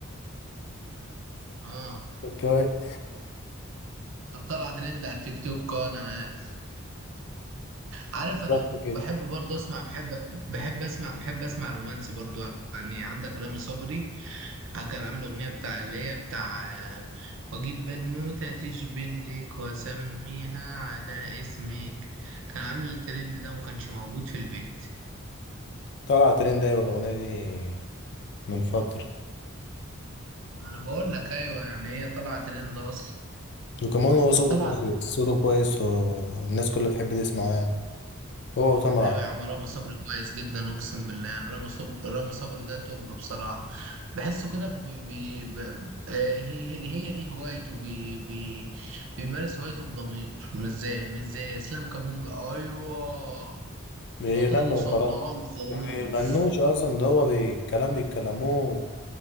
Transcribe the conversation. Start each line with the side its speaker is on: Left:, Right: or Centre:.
Right: اه
Left: كانت كويس
Right: كانت طالعه ترند على التيك توك اه انا عارف عارف انا
Left: بالظبط كده
Right: بحب برضه اسمع بحب بحب اسمع بحب اسمع رومانسي برضه يعني عندك رامي صبري آه، كان عامل اغنيه بتاع اللي هي بتاع آه، اجيب بنوته تشبه لك واسميها على اسمك كان عامل الترند ده وما كانش موجود في البيت
Left: طلع ترند ايوه الأغنية دي من فترة
Right: ما انا بقول لك ايوه يعني هي طالعه ترند اصلا
Left: وكمان هو صوته
Right: كانت طالعه
Left: كويس صوته كويس والناس كلها بتحب تسمعه يعني هو وتامر
Right: ايوه
Left: عاشور
Right: يا عم رامي صبري كويس جدا اقسم بالله يعني رامي صبري رامي صبري ده توب بصراحه بحسه كده بي بي ب... آه، هي هي دي هوايته بي بي بيمارس هوايته بضمير مش زي مش زي اسلام كامونجا ايوه
Left: بيغنوا
Right: لا تتصنعوا
Left: وخلاص
Right: الخوف
Left: ما بيغنوش أصلا ده هو بي- كلام بيتكلموه